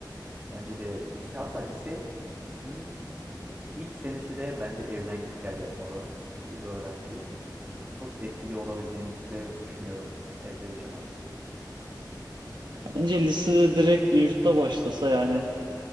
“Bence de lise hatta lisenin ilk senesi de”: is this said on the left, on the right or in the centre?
Right